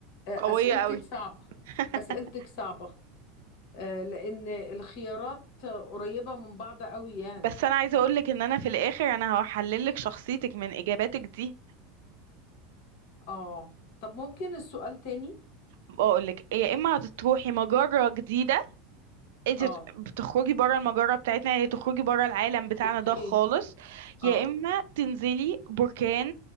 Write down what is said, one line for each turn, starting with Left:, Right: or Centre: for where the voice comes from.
Left: آه،
Right: قويه
Left: أسئلتك
Right: قوي
Left: صعبة
Right: <laughs>
Left: أسئلتك صعبة آه، لأن الخيارات قريبة من بعض قوي يعني
Right: بس انا عايزه اقولك ان انا في الاخر انا هحللك شخصيتك من اجاباتك دي
Left: اه طب ممكن السؤال تاني
Right: بقولك يا اما هتروحي مجره جديده انت
Left: اه
Right: بتخرجي بره المجره بتاعتنا يعني تخرجي بره العالم بتاعنا
Left: اوكي
Right: ده خالص يا
Left: اه
Right: اما تنزلي بركان